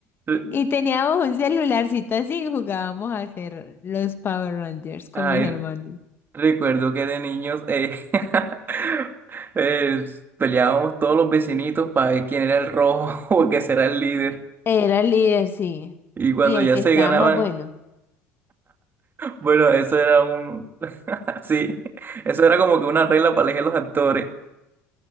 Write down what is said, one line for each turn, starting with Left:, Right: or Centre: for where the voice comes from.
Right: <laughs>
Left: Y teníamos un celularcito así y jugábamos a hacer los Power Rangers con
Right: Ay,
Left: mis hermanos.
Right: Recuerdo que de niños eh, <laughs> eh, peleábamos todos los vecinitos para ver quién era el rojo <laughs> o quién será el líder.
Left: Era el líder, sí.
Right: Y cuando
Left: Y el
Right: ya
Left: que
Right: se
Left: estaba
Right: ganaban,
Left: más bueno.
Right: bueno, eso era un... <laughs> Sí, eso era como que una regla para elegir los actores.